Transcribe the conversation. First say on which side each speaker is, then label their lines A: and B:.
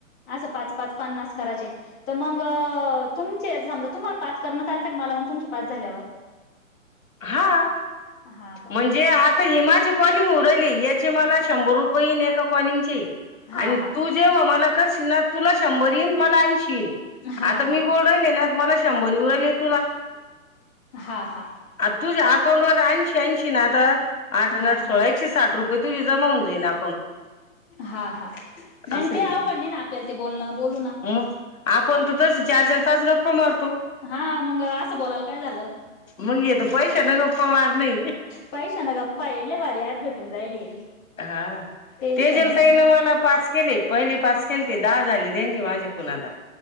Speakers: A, on the left; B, on the left.
A: असं पाच पाच पन्नास करायचे तर मग तुमचे समजा तुम्हाला पाच करणं चालतं का मला मग तुमच्या पाच झाल्यावर?
B: हा
A: हा का
B: म्हणजे आ हे माझे कॉलिंग होऊ राहीले. याचे मला
A: हा
B: शंभर रुपये पई एका काॉलिंगचे.
A: हा
B: आणि
A: हा
B: तू जेव्हा मला करशील ना तुला शंभर येईन मला ऐंशीईन.
A: हा
B: आता
A: हा
B: मी बोला <unintelligible> शंभर <unintelligible>
A: हा हा.
B: आ तुझ्या अकाउंटवर ऐंशी ऐंशी ना आता आठ
A: हा
B: आणि आठ
A: हा
B: सोळा एकशे साठ रुप तुझी जमावून जाई ना.
A: हा हा नाही
B: असं
A: काही
B: आहे ते
A: अवघड नाही ना आपल्याला ते बोलणं बोलू ना.
B: मग आपण <unintelligible> चार चार तास गप्पा मार
A: हा मग असं बोलाल काय झालं.
B: मंग येत पैशा न गप्पा मारणे.
A: पैशानं गप्पा आहे लय भारी ॲप भेटून जायले
B: हा
A: टेन्शनच
B: ते <unintelligible> तईन
A: नाही
B: मला पाच केले पहिली पाच केल ते दहा झाली. <unintelligible> कुणाला.